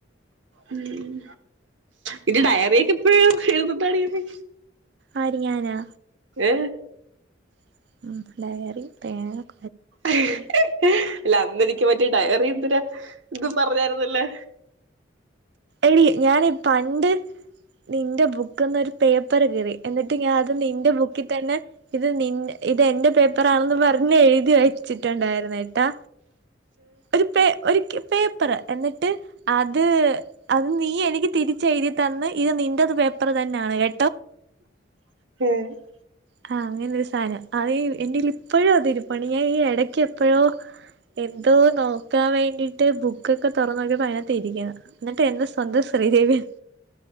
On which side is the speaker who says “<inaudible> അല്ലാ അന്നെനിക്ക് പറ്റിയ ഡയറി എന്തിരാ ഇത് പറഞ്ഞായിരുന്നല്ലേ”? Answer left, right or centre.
Right